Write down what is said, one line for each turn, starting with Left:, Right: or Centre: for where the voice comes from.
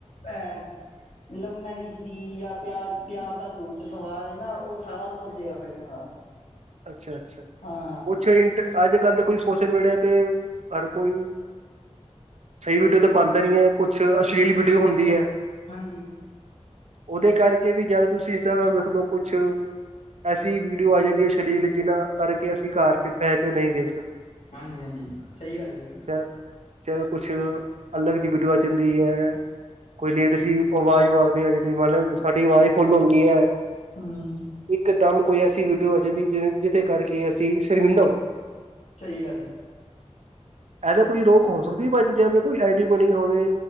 Left: ਅਹ ਲਵ ਮੈਰਿਜ ਦੀ ਜਾਂ ਪਿਆਰ ਪਿਆਰ ਦਾ ਭੂਤ ਸਵਾਰ ਐ ਨਾਂ, ਉਹ ਸਾਰਾ ਉਤਰ ਜੇ ਗਾ ਫੇਰ ਇਹਨਾਂ ਦਾ
Right: ਅੱਛਾ ਅੱਛਾ,
Left: ਹਾਂ
Right: ਕੁਛ ਇੰਝ ਅੱਜ-ਕੱਲ ਤਾਂ ਕੁੱਝ ਸੋਸ਼ਲ ਮੀਡੀਆ ਤੇ ਹਰ ਕੋਈ, ਸਹੀ ਵੀਡੀਓ ਤਾਂ ਪਾਉਂਦਾ ਨਈਂ, ਕੁਛ ਅਸ਼ਲੀਲ ਵੀਡੀਓ ਹੁੰਦੀ ਐ।
Left: ਹਾਂਜੀ।
Right: ਉਹਦੇ ਕਰਕੇ ਵੀ ਜਦ ਤੁਸੀਂ ਇੰਸਟਾਗ੍ਰਾਮ ਦੇਖ ਲਓ, ਕੁਛ ਐਸੀ ਵੀਡੀਓ ਆ ਜਾਂਦੀ ਐ ਅਛੱ ਡੀਲ ਜਿੰਨਾਂ ਕਰਕੇ ਅਸੀਂ ਘਰ ਚ ਪੈ ਕੇ ਨਈਂ ਵੇਖ ਸਕਦੇ।
Left: ਹਾਂਜੀ ਹਾਂਜੀ। ਸਹੀ ਗੱਲ ਐ ਬਿਲਕੁਲ
Right: ਜਾਂ ਚਾਹੇ ਕੁਛ ਅਲਗ ਜੀ ਵੀਡੀਓ ਆ ਜਾਂਦੀ ਐ। ਕੋਈ ਲੇਡੀਜ਼ ਆਵਾਜ਼ ਮਾਰਦੀ ਆ ਜਿ ਮਤਲਬ ਸਾਡੀ ਆਵਾਜ਼ ਫੁੱਲ ਹੁੰਦੀ ਐ।
Left: ਹਂ
Right: ਇੱਕ ਦਮ ਕੋਈ ਐਸੀ ਵਿਊਟੀਓ ਆ ਜਾਂਦੀ ਜਿ ਜਿਹਦੇ ਕਰਕੇ ਅਸੀਂ ਸ਼ਰਮਿੰਦਾ ਹੋ ਜਾਂ
Left: ਸਹੀ ਗੱਲ ਐ।
Right: ਇਹ ਤੇ ਕੋਈ ਰੋਕ ਹੋ ਸਕਦੀ ਭਾਜੀ, ਜਿਵੇਂ ਕੋਈ ਆਈ ਡੀ ਬਣੀ ਹੋਵੇ?